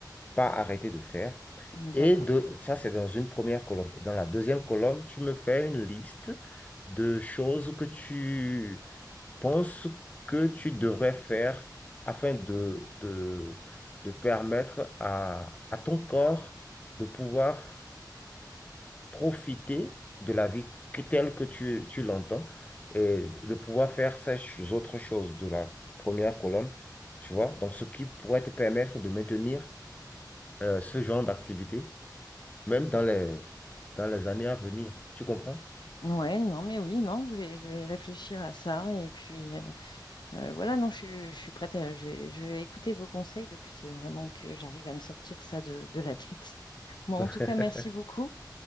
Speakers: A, on the left; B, on the left.
A: pas arrêter de faire.
B: d'accord.
A: Et de, ça, c'est dans une première colonne. Et dans la deuxième colonne, tu me fais une liste de choses que tu penses que tu devrais faire afin de, de, de permettre à, à ton corps de pouvoir profiter de la vie que- telle que tu, tu l'entends et de pouvoir faire ces ch- autres choses de la première colonne, tu vois? Donc, ce qui pourrait te permettre de maintenir euh, ce genre d'activité, même dans les, dans les années à venir. Tu comprends?
B: Ouais, non, mais oui, non, je vais, je vais réfléchir à ça. Et puis, euh, euh, voilà, non, je, suis- je suis prête à- je vais, je vais écouter vos conseils. Le but, c'est vraiment que j'arrive à me sortir ça de, de la tête. Bon, en
A: <laughs>
B: tout cas, merci beaucoup.